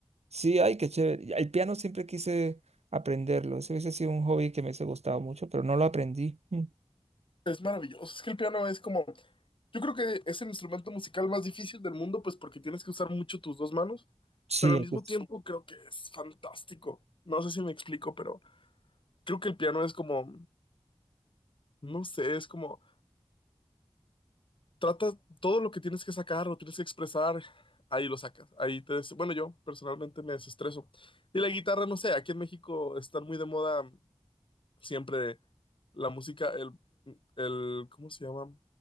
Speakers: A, on the right; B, on the left.
A: Sí, ay, qué chévere. Y El piano siempre quise aprenderlo. Ese hubiese sido un hobby que me hubiese gustado mucho, pero no lo aprendí. Mm.
B: Es maravilloso. Es que el piano es como Yo creo que es el instrumento musical más difícil del mundo, pues porque tienes que usar mucho tus dos manos,
A: Sí,
B: pero al
A: hay
B: mismo
A: que-
B: Sí. tiempo creo que es fantástico. No sé si me explico, pero creo que el piano es como, no sé, es como, trata todo lo que tienes que sacar lo tienes que expresar, ahí lo sacas. Ahí te, des- bueno, yo personalmente me desestreso. Y la guitarra, no sé, aquí en México están muy de moda siempre la música, el, el, ¿cómo se llama?